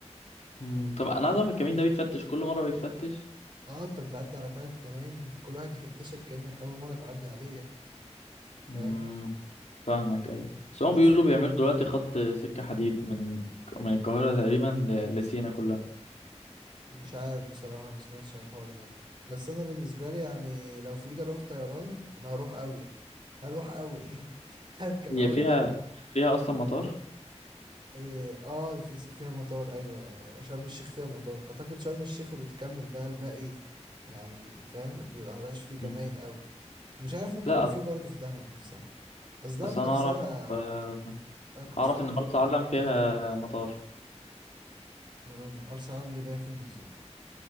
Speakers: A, on the left (about 75°); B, on the right (about 45°).
A: مم. طب أنا عايز أعرف الكمين ده بيفتش كل مرة بيفتش
B: اه انت بتعدي على تلات كمان كل واحد يفتشك كأنك أول مرة تعدي عليه يعني فاهم
A: مم. فاهمك أيوة بس هم
B: بس
A: بيقولوا بيعملوا دلوقتي خط سكة حديد من من القاهرة تقريبا ل- لسينا كلها
B: مش عارف بصراحة ما سمعتش عن الحوار ده بس انا بالنسبة لي يعني لو في ايدي اروح طيران انا هروح قوي يعني. هروح قوي <laughs> هركب
A: هي
B: اول
A: فيها
B: واحد
A: فيها أصلا مطار
B: إيه، اه في س- فيها مطار ايوه شرم الشيخ فيها مطار اعتقد شرم الشيخ وبتكمل بقى الباقي يعني فاهم بيبقى مبقاش فيه كمائن
A: مم.
B: قوي ومش عارف ممكن
A: لا
B: يبقى فيه
A: أص-
B: برضه في دهب نفسها بس دهب
A: اصل انا
B: نفسها
A: اعرف آه،
B: انا كنت
A: اعرف
B: فاكر
A: ان مرسى علم فيها مطار
B: م- مرسى علم دي اللي هي فين بالظبط